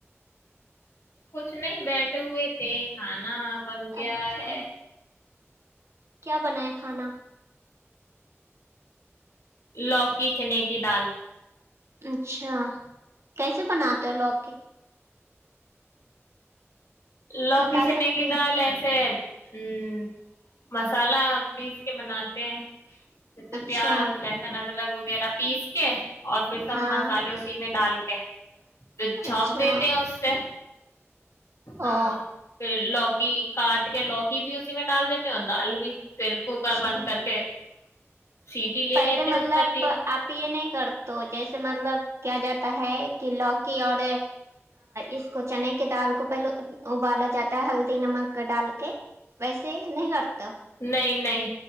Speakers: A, on the left; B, on the right.
A: کچھ نہیں بیٹٹھے ہوئے تھے کھانا <unintelligible> بن گیا
B: اچھا
A: ہے
B: کیا بنائیں کھانا؟
A: لوکی چنے کی دال
B: اچھا کیسے بنات تو لوکی
A: لکی
B: بتا
A: سے
B: سکتی
A: نہیں گتا
B: ہیں
A: ل سے ہ مسالحہ پیس کے بناتے ہیں جیسے
B: اچھا
A: پیاز لہسن ادر الگ وغیرہ پیس کے اور پھر سب
B: ہاں
A: مسالے اسی میں ڈال کے ا <unintelligible> تو چھونک
B: اچھا
A: دیتے ہیں اس سے ہاں
B: او
A: پھر لوک کاٹ کے لوکی بھی اسی میں ڈال دیتے ہو دال بھی پھر کوکر
B: اچھا
A: بند کر کے سیٹی لے
B: پہلے
A: لیتے اس
B: مطلب
A: پہ تین
B: آپیے نہیں کر تو جیسے مطلب کیا جاتا ہے کہ لوکی اور اس کو چنے کے دال کو پہلے ابالا جاتا ہے ہلدی نمک ڈال کے ویسے نہیں کرتا
A: نہیں نہیں